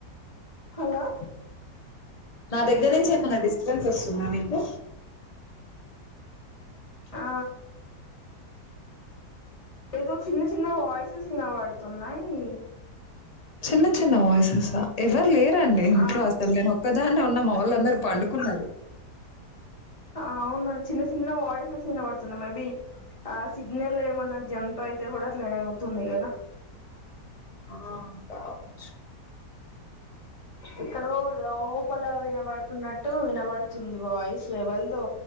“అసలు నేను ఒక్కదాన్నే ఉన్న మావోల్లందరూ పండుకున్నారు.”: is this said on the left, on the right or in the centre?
Left